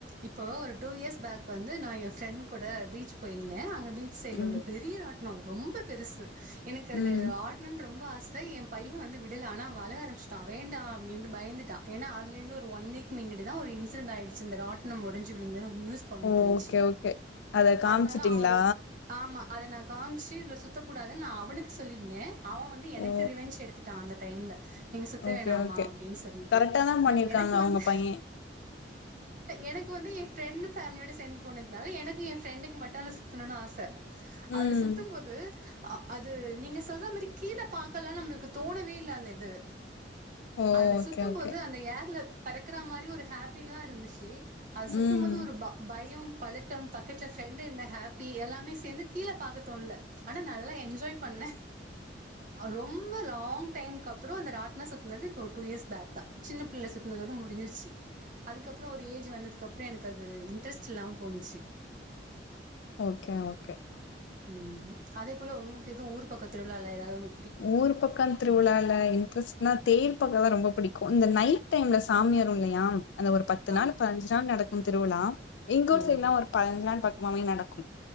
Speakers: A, on the right; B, on the left.
A: இப்போ ஒரு டூ இயர்ஸ் பேக் வந்து நான் என் ஃப்ரெண்ட் கூட பீச் போயிருந்தேன் அங் பீச் சைட்
B: ம்,
A: உள்ள பெரிய ராட் நான் ரொம்ப பெருசு எனக்கு அதுல
B: ம்.
A: ஆட்ணனு ரொம்ப ஆசை என் பையன் வந்து விடுல ஆனா அழ ஆரம்பிச்சிட்டான் வேண்டாம் அப்படின்னு பயந்துட்டான் ஏன்னா அதிலிருந்து ஒன்வீக் முன்னாடி தான் ஒரு இன்சிடென்ட் ஆயிடுச்சு ராட்னம் உடைஞ்சு உழுந்த நியூஸ் போகிட்டு
B: ஓகே,
A: இருந்துச்சு
B: ஓகே. அத காமிச்சுட்டீங்களா?
A: அதனால அவரும் ஆமா அதனா காமிச்சு இதுல சுத்தக்க கூடாதுன்னு நான் அவனுக்கு சொல்லியிருந்தேன் அவன் வந்து எனக்கு
B: ஓ!
A: ரிவென்ச் எடுத்துட்டான் அந்த டைம்ல நீங்க சுத்த
B: ஓகே,
A: வேணாம்மா
B: ஓகே.
A: அப்படின்னு சொல்லிட்டு
B: கரெக்ட்டா தான் பண்ணியிருக்காங்க
A: பட் எனக்கு வந்து
B: உங்க பையன்.
A: எனக்கு வந்து என் ஃப்ரெண்ட் ஃபேமிலியோட சேர்ந்து போனதுனால எனக்கு என் ஃப்ரெண்டுக்கும் மட்டும் சுத்தணும்னு ஆசை
B: ம்.
A: அதுல சுத்தும் போது அது நீங்க சொல்ற மாதிரி கீழே பார்க்க எல்லாம் நம்மளுக்கு தோணவே இல்ல அந்த இது
B: ஓ!
A: அதுல
B: ஓகே,
A: சுத்தும்
B: ஓகே.
A: போது அந்த ஏர்ல பறக்கற மாரி ஒரு ஹாப்பிதா இருந்துச்சு <unintelligible> அது சுத்தும்
B: ம்.
A: போது ஒரு ப பயம் பதட்டம் பக்கத்துல ஃபிரெண்ட் இருந்த ஹேப்பி எல்லாமே சேந்து கீழ பாக்க தோணல ஆனா நல்லா என்ஜாய் பண்ணே ரொம்ப லாங் டைமுக் அப்புற இந்த ராட்ன சுத்துனது இப்ப டூ இயர்ஸ் பேக்தா சின்ன பிள்ளைல சுத்துனதோட முடிஞ்சிருச்சு அதுக்கப் ற ஒரு ஏஜ் வந்ததுக்கப்ற எனக்கு அது இன்ட்ரெஸ்ட் இல்லாம போனிச்சு
B: ஓகே ஓகே
A: ம் அதே போல உங்ளுக்கு எதுவு ஊர் பக்கத்திருவிழால ஏதாவுது
B: ஊர் பக்க திருவிழால இன்ட்ரெஸ்ட்னா தேர் பாக்கதா ரொம்ப பிடிக்கு இந்த நைட் டைம்ல சாமி வருன் இல்லையா அது ஒரு பத்து
A: ஆமா
B: நாள் பதனஞ்சு நாள் நடக் கு திருவிழா எங்க
A: ம்
B: ஊர் சைடுலா ஒரு பதனஞ்சு நாள் பக் க நடக்கு